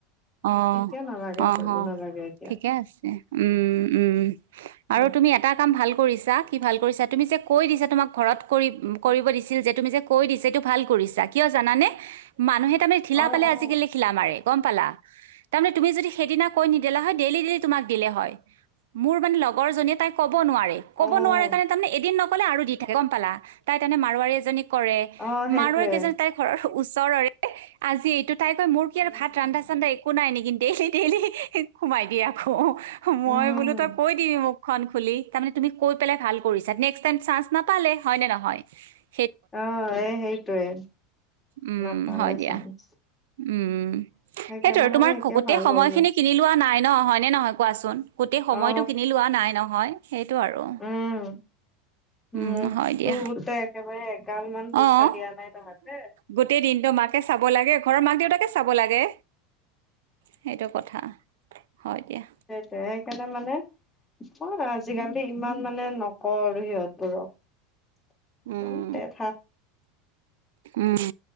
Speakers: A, on the right; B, on the left.
A: অহ, অহ,
B: এতিয়া নালাগে
A: অহ,
B: ভয়ো নালাগে এতিয়া
A: ঠিকে আছে উম, উম, আৰু
B: উম,
A: তুমি এটা কাম ভাল কৰিছা, কি ভাল কৰিছা তুমি যে কৈ দিছা, তোমাক ঘৰত কৰি ছিল যে তুমি যে কৈ দি <unintelligible> এইটো ভাল কৰিছা। কিয় জানানে, মানুহে তাৰমানে ঢিলা
B: অ',
A: পালে,
B: অ',
A: আজিকালি শিলা মাৰে। গম পালা, তাৰমানে তুমি যদি সেইদিনা কৈ নিদিলা হয়, ডেইলী-ডেইলী তোমাক দিলে হয়। মোৰ মানে লগৰ জনীয়ে তাই ক'ব নোৱাৰে, ক'ব
B: অ',
A: নোৱাৰে কাৰণে তাৰমানে এদিন ন নক'লে আৰু দি থাকে গম পালা? তাই তেনে মাৰোৱাৰী এজনীক কৰে!
B: অ', সেইটোৱে
A: মাৰোৱাৰী কেইজনী তাইৰ ঘৰৰ ওচৰৰে। আজি এইটো, তাই কয় মোৰ কি
B: উম,
A: আৰু ভাত ৰান্ধা- চান্ধা একো একো নাই নেকি, ডেইলি-ডেইলি সোমাই দিয়ে আকৌ।
B: উম
A: মই বোলোঁ, তই কৈ দিবি মোক। মুখখন খুলি, তাৰমানে তুমি কৈ পেলাই ভাল কৰিছা। নেক্স টাইম চান্স নাপালে হয়নে নহয়? <inaudible>
B: অ', এ হেইটোৱে!
A: উম
B: নাপালে
A: হয় দিয়া
B: চান্স।
A: উম।
B: সেইকাৰণে
A: হেইটোৱে আৰু
B: মানে
A: তোমাৰ
B: এতিয়া
A: গোটেই
B: ভাল
A: সময়খিনি
B: হ'ল
A: কিনি লোৱা নাই। ন হয়নে নহয় কোৱাচোন। গোটেই সময়টো
B: অ
A: কিনি লোৱা নাই নহয়। সেইটো আৰু,
B: উম
A: উম
B: মোকতো
A: হয় দিয়া।
B: <inaudible> পইচা
A: অ'
B: দিয়া নাই তাহাঁতে
A: গোটেই দিনটো মাক চাব লাগে ঘৰৰ মাক দেউতাকে চাব লাগে। সেইটো কথা। হয় দিয়া
B: সেইটোয়ে, সেইকাৰণে মানে, অ' আজিকালি ইমান মানে নকওঁ আৰু সিহঁতবোৰক।
A: উম
B: তে থাক।
A: উম।